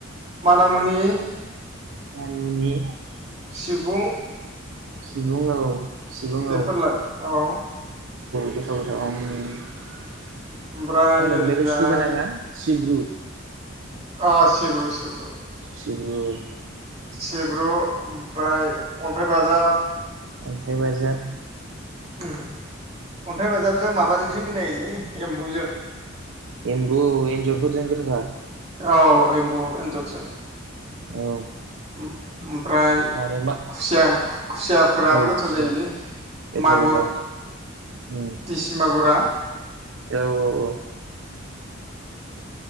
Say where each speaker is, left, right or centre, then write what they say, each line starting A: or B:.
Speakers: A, on the right; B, on the right.
A: मानामुनि।
B: मानि मुनि।
A: सिबुं।
B: सिबुं औ सिबुं
A: बेफोरलाय
B: औ-औ
A: औ
B: गोथाव गोथाव आओम मा होनोमोनलाय
A: ओमफ्राय ओरैजाय
B: बे सु गोनाङा सिब्रु। <inaudible>
A: अ सिब्रु-सिब्रु।
B: सिब्रु औ।
A: सिब्रु ओमफ्राय अन्थाइ बाजाब।
B: अन्थाइ बाजाब।
A: ओम अन्थाइ बाजाबजों माबाजोंसो मिलायोलै एम्बुजों।
B: एम्बु एन्जरफोरजों गोथावथार।
A: औ एमबु एनजरजों
B: औ
A: उम ओमफ्राय
B: आरो मा
A: खुसिया खु-खु खुसियाफोराबो
B: औ
A: गोथाव
B: खुसिया
A: जायोलै
B: गोथाव
A: मागुर
B: गोथाव उम
A: दिसि मागुरा
B: औ औ औ